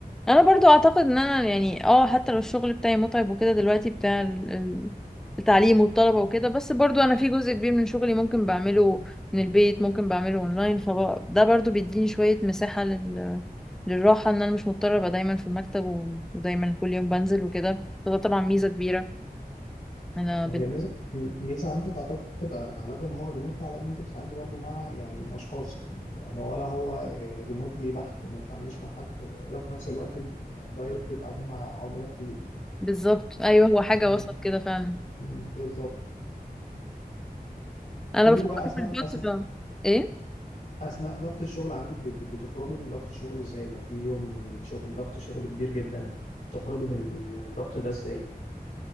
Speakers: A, in the centre; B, on the left (about 50°).
A: انا برضو اعتقد ان انا يعني اه حتى لو الشغل بتاعي متعب وكده دلوقتي بتاع ال- ال- التعليم والطلبة وكده بس برضو انا في جزء كبير من شغلي ممكن بعمله من البيت ممكن بعمله اونلاين فده برضو بيديني شوية مساحة لل... للراحة ان انا مش مضطرة ابقى دايما في المكتب و... ودايما كل يوم بنزل وكده فده طبعا ميزة كبيرة انا بن...
B: هي ميزة ميزة عندك أعتقد على قد ما هو ريموتلي على قد أنت بتتعاملي برضو مع يعني أشخاص يعني يعني ولا هو ريموتلي بحت ما بتتعامليش مع حد ولا في نفس الوقت يعني دايركت بتتعاملي مع عملاء كتير
A: بالظبط ايوه هو حاجة
B: يعني
A: وسط كده فعلا
B: بالظبط
A: انا
B: قولي
A: بفكر
B: لي بقى اثناء
A: في الفترة
B: اثناء
A: ايه
B: اثناء ضغط الشغل عندك بت- بتخرجي من ضغط الشغل ازاي لو في يوم شغل ضغط شغل كبير جدا تخرجي من من الضغط ده ازاي